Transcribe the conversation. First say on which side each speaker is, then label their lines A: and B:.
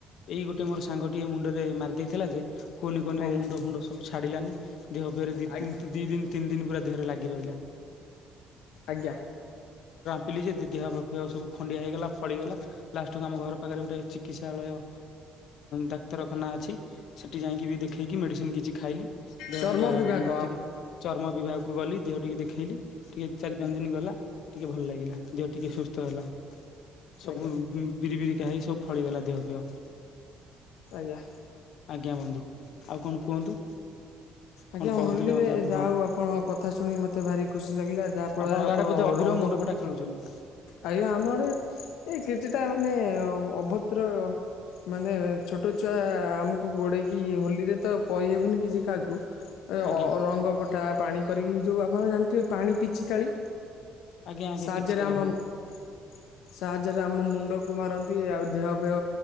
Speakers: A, on the left (about 65°); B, on the left (about 85°).
A: ଏଇ ଗୋଟେ ମୋର ସାଙ୍ଗଟିଏ ମୁଣ୍ଡରେ ମାରିଦେଇଥିଲା ଯେ କୁନି କୁନି
B: ଆଜ୍ଞା
A: ମୋ ମୁଣ୍ଡ ଫୁଣ୍ଡ ସବୁ ଛାଡିଲାନି ଦେହ ଫେହରେ ଦି
B: ଆଜ୍ଞା
A: ଦି ଦିନ ତିନି ଦିନ ପୁରା ଦେହରେ ଲାଗି ରହିଲା।
B: ଆଜ୍ଞା।
A: ପିଲି ଯେ ଦେହ ଫେହ ସବୁ ଖଣ୍ଡିଆ ହେଇଗଲା ଫଳିଗଲା ଲାଷ୍ଟକୁୁ ଆମ ଘର ପାଖରେ ଗୋଟେ ଚିକିତ୍ସାଳୟ ଅଁ ଡାକ୍ତରଖାନା ଅଛି ସେଠି ଯାଇକି ବି ଦେଖେଇକି ମେଡ଼ିସିନ କିଛି ଖାଇଲି ଦେହ
B: ଚର୍ମ
A: ଟିକେ
B: ବିଭାଗ
A: ଟିକେ ଚର୍ମ ବିଭାଗକୁ ଗଲି ଦେହ ଟିକେ ଦେଖେଇଲି। ଟିକେ ଚାରି ପାଞ୍ଚ
B: ଆଜ୍ଞା
A: ଦିନ ଗଲା ଟିକେ ଭଲ ଲାଗିଲା ଦେହ ଟିକେ ସୁସ୍ଥ ହେଲା। ସବୁ
B: ଆଜ୍ଞା
A: ବି ବିରି ବିରିିକା ହେଇ ସବୁ ଫଳିଗଲା ଦେହ ଫହ।
B: ଆଜ୍ଞା।
A: ଆଜ୍ଞା ବନ୍ଧୁ ଆଉ କଣ କୁହନ୍ତୁ? କଣ
B: ଆଜ୍ଞା
A: କହୁଥିଲେ
B: ହୋଲିରେ
A: ଅଧାରୁ
B: ଯାହା
A: ହଁ
B: ହଉ ଆପଣ କଥା ଶୁଣିିକ ମତେ ଭାରି ଖୁସି ଲାଗିଲା ଯାହା ଫଳରେ
A: ଆପଣଙ୍କ
B: ଆପଣ
A: ଆଡେ ବୋଧେ ଅବିର
B: ରଙ୍ଗ
A: ମୁଣ୍ଡ ଫଟା ଖେଳୁଛନ୍ତି
B: ଆଜ୍ଞା ଆମର ଏଇ କିଛିଟା ମାନେ ଅଭଦ୍ର ମାନେ ଛୋଟ ଛୁଆ ଆମକୁ ଗୋଡେଇକି ହୋଲିରେ ତ କହିହେବନି କିଛି କାହାକୁ। ଏଅ
A: ଆଜ୍ଞା
B: ରଙ୍ଗପଟା ପାଣି କରିକି ଯୋଉ ଆପଣ ଜାଣିଥିବେ ପାଣି ପିଚିକାଳି
A: ଆଜ୍ଞା ଆଜ୍ଞା
B: ସାହାଯ୍ୟରେ
A: ପିଚି କାଳି ହଁ
B: <inaudible> ସାହାଯ୍ୟରେ ଆମ ମୁଣ୍ଡକୁ ମାରନ୍ତି। ଆଉ ଦେହ ଫେହ